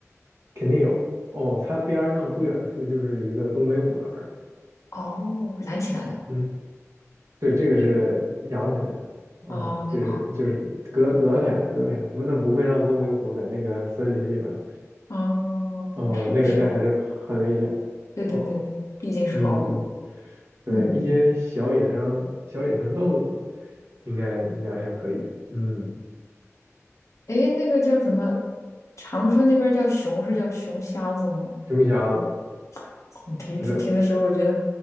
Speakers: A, on the right (about 60°); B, on the left (about 75°).
A: 肯定有哦，它边儿上不远处就是一个东北虎园儿。
B: 哦，拦起来的。
A: 嗯。对，这个是养起来的，哦，
B: 哦，那就好。
A: 就是就是隔隔开的，隔开的，不，那不会让东北虎在那个森林里面，
B: 哦，
A: 哦，
B: 是的，
A: 那个那还是很危险的，
B: 是的，对对对对，
A: 哦，
B: 毕竟是老虎。
A: 嗯嗯，对，
B: 嗯。
A: 一些小野生小野生动物应该应该还可以，嗯，
B: 诶，那个叫什么？长春那边叫熊是叫熊瞎子吗？
A: 熊瞎子
B: <laughs> 我第一次听的时候，
A: 不是
B: 我觉得